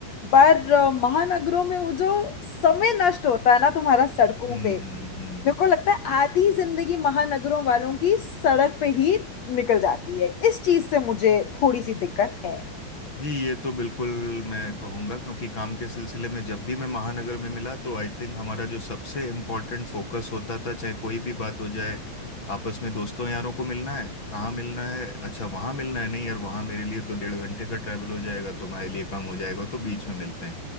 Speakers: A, on the left; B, on the left.
A: पर अ, महानगरों में वो जो समय नष्ट होता है ना तुम्हारा सड़कों
B: हम्म,
A: पे
B: हम्म, हम्म।
A: मेरे को लगता है आधी जिंदगी महानगरों वालों की सड़क पे ही निकल जाती है इस चीज से मुझे थोड़ी सी दिक्कत है
B: जी ये तो बिल्कुल मैं कहूँगा क्योंकि काम के सिलसिले में जब भी मैं महानगर में मिला तो आई थिंक हमारा जो सबसे इम्पोर्टेंट फोकस होता था चाहे कोई भी बात हो जाए आपस में दोस्तों यारों को मिलना है कहाँ मिलना है अच्छा वहाँ मिलना है नहीं यार वहाँ मेरे लिए तो डेढ़ घंटे का ट्रैवल हो जाएगा तुम्हारे लिए कम हो जाएगा तो बीच में मिलते हैं